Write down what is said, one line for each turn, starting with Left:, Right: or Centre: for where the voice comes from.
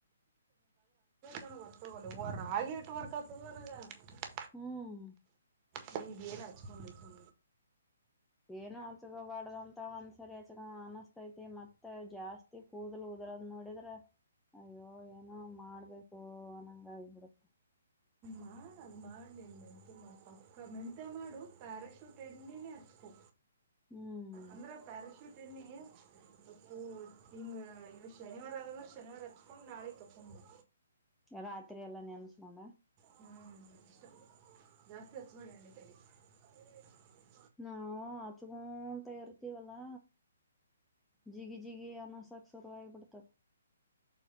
Right: ಅನ ವರ್ತೋಗಲ್ಲ ರ ಆಾಗಿಿ ಇಟ್ಟು ವರ್ಕತಂದಾನಾಗ <unintelligible>
Centre: ಹ್ಮ್
Right: ಹಿಗ್ ಏನ್ ಹಚ್ಕೊಂಡುದು
Centre: ಏನು ಅಚಕಬಡದಂತ ಒಂದ್ಸರಿ ಅ ಅನಸ್ತೈತಿ ಮತ್ತ ಜಾಸ್ತಿ ಕೂದಲು <unintelligible> ಅದ್ರದ ನೋಡಿದ್ರೆ ಅಯ್ಯೋ ಏನೋ ಮಾಡ್ಬೇಕು ಅನ್ನಂಗ ಆಗಿಬಿಡುತ್ತ
Right: ಮಾಡು ಅದು ಮಾಡಲಿಲ್ಲ ಪಕ್ಕ ಮೆಂತ ಮಾಡು ಪ್ಯಾರಾಶೂಟ್ ಎಣ್ಣೇನೆ ಹಚ್ಕೋು
Centre: ಹ್ಮ್
Right: ಅಂದ್ರೆ ಪ್ಯಾರಾಶೂಟ ಏಣ್ಣಿ ಇಪ್ಪ ಈ ಇಗ ಶನಿವಾರ ಆದಂದ್ರೆ ಶನಿವಾರ ಅಚ್ಕೊಂಡು ನಾಳೆಗ್ ತೊಂಕ್ಕಬಿಡು
Centre: ರಾತ್ರಿ ಎಲ್ಲಾ ನೆನ್ಸ್ಕೊಂಡ
Right: ಹ್ಮ್ ಇಷ್ಟ ಜಾಸ್ತಿ ಹಚ್ು ಮಾಡಿಣಿ ತ <unintelligible>
Centre: ನಾವು ಆಚಗೋಂತ ಇರತೀವಲ್ಲಾ ಜಿಗಿ ಜಿಗಿ ಅನಸಕ್ ಸುರು ಆಗಿಬಿಡುತಾದ